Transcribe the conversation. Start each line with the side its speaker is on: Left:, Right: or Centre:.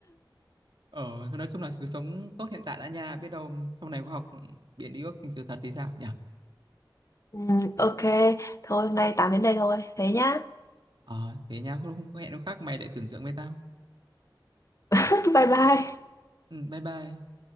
Right: Ờ, thôi nói chung là cứ sống tốt hiện tại đã nha, biết đâu sau này khoa học biến đi ước thành sự thật thì sao nhỉ?
Left: Ừ, ok, thôi hôm nay tạm đến đây thôi. Thế nhá.
Right: Ờ, thế nha, hôm, hôm hẹn hôm khác mày lại tưởng tượng với tao.
Left: <laughs> Bye bye.
Right: Ừ, bye bye.